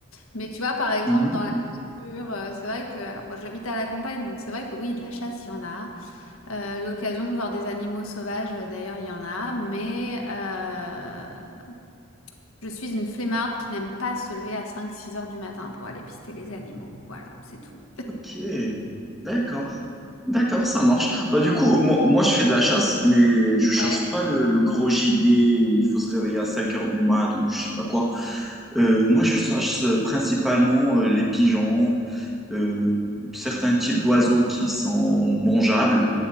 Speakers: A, on the left (about 75°); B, in the centre.
A: Mais tu vois, par exemple,
B: Mhm.
A: dans la nature, euh, c'est vrai que... Alors, moi, j'habite à la campagne, donc c'est vrai que oui, de la chasse, il y en a. Heu, l'occasion de voir des animaux sauvages, heu, d'ailleurs, il y en a, mais heu, je suis une flemmarde qui n'aime pas se lever à cinq six heures du matin pour aller pister les animaux. Voilà, c'est tout.
B: Ok, d'accord. D'accord, ça marche. Bah, du coup, moi, moi, je fais de la chasse, mais je chasse
A: Ouais.
B: pas le, le gros gibier où il faut se réveiller à 5 heures du mat ou je sais pas quoi. Euh, moi, je chasse principalement euh, les pigeons, euh, certains types d'oiseaux qui sont mangeables.